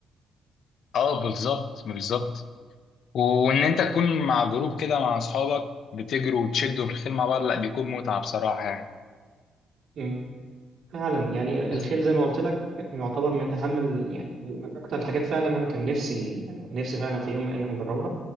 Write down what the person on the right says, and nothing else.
م. فعلا يعني
الخيل زي ما قلت لك يعتبر من اهم ال... يعني من من اكتر الحاجات فعلا انا كان نفسي يعني نفسي فعلا في يوم من الايام اجربها